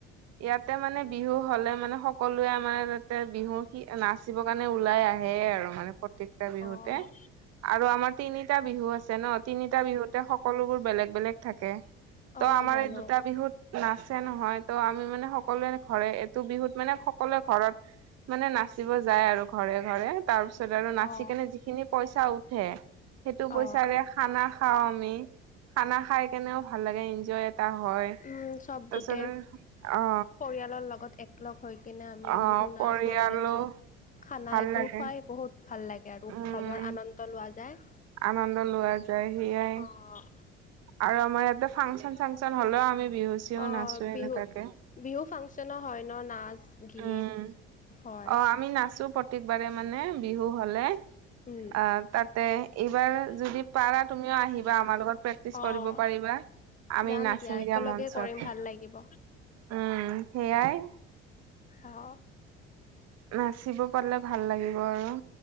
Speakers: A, on the right (about 60°); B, on the left (about 25°).
A: ইয়াতে মানে বিহু হ'লে মানে সকলোৱে আমাৰ ইয়াতে বিহু সি নাচ চিব কাৰণে ওলাই আহে আৰু মানে পত প্ৰত্যেকটা বিহুতে
B: অ',
A: আৰু আমাৰ তিনিটা বিহু আছে ন। তিনিটা বিহুতে সক সকলোবোৰ বেলেগ বেলেগ থাকে। ত'
B: অ',
A: আমাৰ
B: জানো
A: এই দুটা বিহুত নাচে নহয়। ত' আমি মানে সকলোৱে ঘৰে এইটো বিহুত মানে সকলোৱে ঘৰত মানে নাচিব যায় আৰু ঘৰে ঘৰে। তাৰ পিছত আৰু নাচি
B: অ',
A: কেনে যিখিনি পইচা উঠে, সেইটো পইচাৰে
B: অ',
A: খানা খাও আমি। খানা খাই কেনেও ভাল লাগে এনজয় এটা হয়।
B: উম, চব
A: তাৰপিছত
B: গোটে
A: অ
B: পৰিয়ালৰ লগত একলগ হৈ কিনে আমি
A: অ
B: বিহু নাচ,
A: পৰিয়ালো
B: মনোৰঞ্জন, খানা
A: ভাল
B: এইবোৰ
A: লাগে
B: খুৱাই বহুত ভাল লাগে আৰু উৎসৱৰ
A: উম
B: আনন্দ লোৱা যায়।
A: আনন্দ লোৱা যায় সেয়াই।
B: অ',
A: আৰু আমাৰ ইয়াতে ফাংচন-চাংচন হ'লেও আমি বিহু চিহু
B: অ,
A: নাচো
B: বিহু
A: এনেকুৱাকে
B: বিহু ফাংচনো হয় ন? নাচ, গীত
A: উম
B: হয়
A: অ', আমি নাচো প্ৰতেকবাৰে মানে বিহু হ'লে,
B: উম,
A: আ তাতে এইবাৰ যদি পাৰা তুমিও আহিবা, আমাৰ লগত প্ৰেক্টিচ
B: অ',
A: কৰিব পাৰিবা। আমি
B: যাম
A: নাচিম
B: একেলগে
A: দিয়া মঞ্চত,
B: কৰিম ভাল লাগিব
A: উম, সেইয়াই।
B: অ'।
A: নাচিব পাৰলে ভাল লাগিব আৰু।